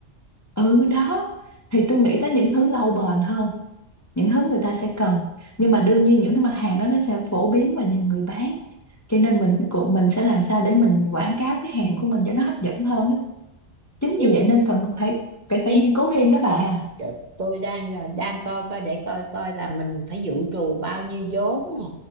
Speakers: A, on the left; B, on the right.
A: ừ đó thì tôi nghĩ tới những thứ lâu bền hơn những thứ người ta sẽ cần nhưng mà đương nhiên những cái mặt hàng đó nó sẽ phổ biến và nhiều người bán cho nên mình cũng mình sẽ làm sao để mình quảng cáo cái hàng của mình cho nó hấp dẫn hơn á. chính
B: với,
A: vì vậy nên cần phải phải phải
B: với
A: nghiên cứu thêm đó bà
B: t- tôi đang à, đang coi coi để coi coi là mình phải dự trù bao nhiêu vốn nè